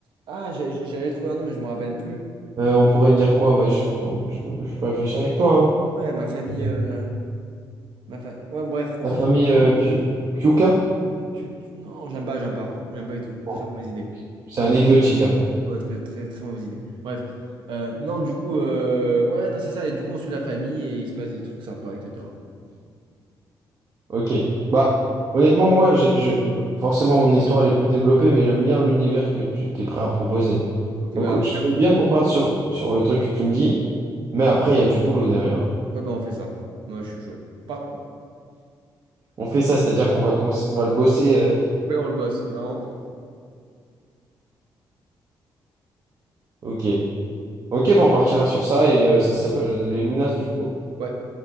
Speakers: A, on the right; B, on the right.
A: Ah, j'ai- j'ai- j'avais trouvé un nom, mais je me rappelle plus.
B: Euh, on pourrait dire quoi? Bah, je, je, peux je peux réfléchir avec toi.
A: Ouais, ma famille...
B: hein.
A: euh, ma fa- Ouais, bref, on
B: La
A: s'en
B: famille
A: fout.
B: euh, Piu- Piuca?
A: Tu- tu- Non, j'aime pas, j'aime pas. J'aime pas du tout.
B: Bon,
A: Très mauvaise idée.
B: ok. C'est anecdotique après.
A: Ouais, très, très, très mauvaise idée. Bref. Euh, non, du coup, euh, ouais, non, c'est ça. Et du coup, on suit la famille et il se passe des trucs sympas, etc.
B: Ok. Bah, honnêtement, moi, j'ai- je, forcément, mon histoire, elle est plus développée, mais j'aime bien l'univers que tu t'es prêt à proposer.
A: Ok,
B: Donc,
A: bah,
B: euh,
A: après,
B: je
A: ouais,
B: veux bien qu'on parte sur, sur le truc que tu me dis, mais après, il y a du boulot derrière. hein.
A: bah, on fait ça. Moi, je suis chaud. Par contre,
B: On fait ça, c'est-à-dire qu'on va commencer, on va le bosser. euh,
A: ouais, on le bosse. Non, on peut-
B: Ok. Ok, bah, on partira sur ça et euh, ça s'appelle les Lunas, du coup.
A: ouais.